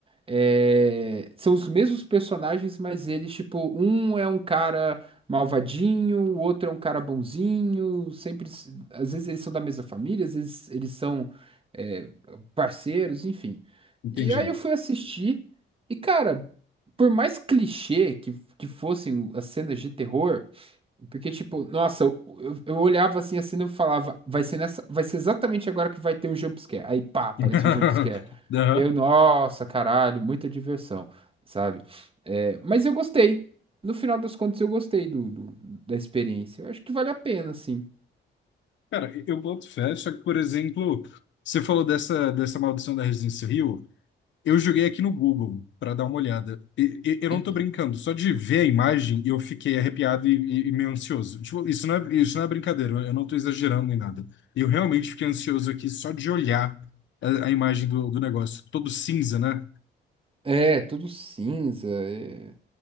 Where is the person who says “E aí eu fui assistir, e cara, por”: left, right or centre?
Right